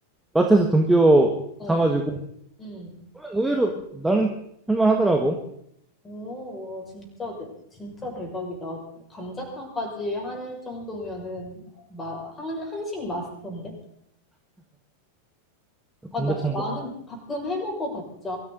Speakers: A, in the centre; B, on the left (about 15°).
A: 마트에서 등뼈
B: 어,
A: 사가지고
B: 응
A: 그러면 의외로 나는 할만하더라고.
B: 오, 와, 진짜, 대- 진짜 대박이다. 감자탕까지 할 정도면은, 마, 한, 한식 마스터인데? 아,
A: 감자탕도.
B: 나, 나는 가끔 해 먹어봤자,